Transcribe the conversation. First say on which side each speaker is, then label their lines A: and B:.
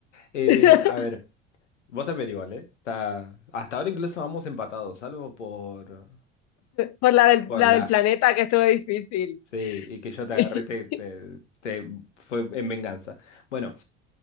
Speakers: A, on the left; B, on the left.
A: Eh,
B: <laughs>
A: a ver, vos también igual, ¿eh? Está- hasta ahora incluso vamos empatados, salvo por,
B: Por la del,
A: por
B: la
A: la...
B: del planeta que estuvo difícil.
A: Sí, y que yo te
B: <laughs>
A: agarré, te, te, te- fue en venganza. Bueno,